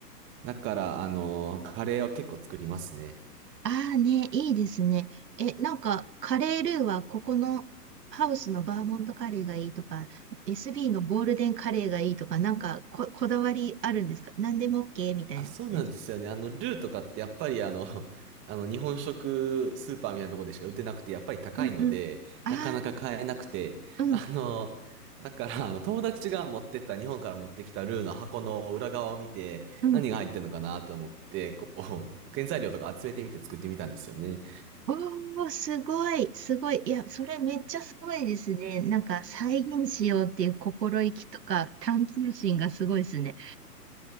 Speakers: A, on the right; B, on the right.
A: だから、あの、カレーは結構作りますね。
B: ああね、いいですね。え、なんか、カレールーはここのハウスのバーモントカレーがいいとか、SB のゴールデンカレーがいいとか、なんかこ、こだわりあるんですか何でも OK みたいな感じですか。
A: あ、そうなんですよね。あの、ルーとかってやっぱりあの、<laughs> あの、日本食スーパーみたいなところでしか売ってなくて、やっぱり高いので、
B: うんうん。あ
A: なかなか買えなくて、
B: あ、うん
A: あの、だから、あの、友達が持ってった、日本から持ってきたルーの箱の裏側を見て、
B: うん。
A: 何が入ってるのかなと思って、こう、原材料とか集めてみて作ってみたんですよね。
B: おー、すごい、すごい。いや、それめっちゃすごいですね。なんか、再現しようっていう心意気とか、探求心がすごいですね。